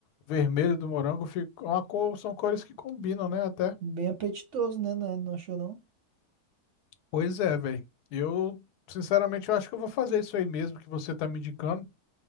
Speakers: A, on the left (about 90°); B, on the right (about 65°).
A: vermelho do morango. Fica uma cor, são cores que combinam, né? Até.
B: Bem apetitoso, né? Não, é- não achou não?
A: Pois é, velho. Eu, sinceramente, eu acho que eu vou fazer isso aí mesmo que você tá me indicando.